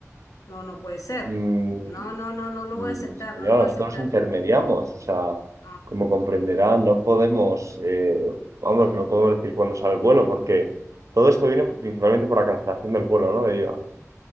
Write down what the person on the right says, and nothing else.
Mm,
Mm,
Señora,
nosotros
intermediamos, o sea,
como comprenderá, no podemos, eh, vamos, no podemos decir cuándo sale el vuelo, porque todo esto viene principalmente por la cancelación del vuelo, ¿no? De ida.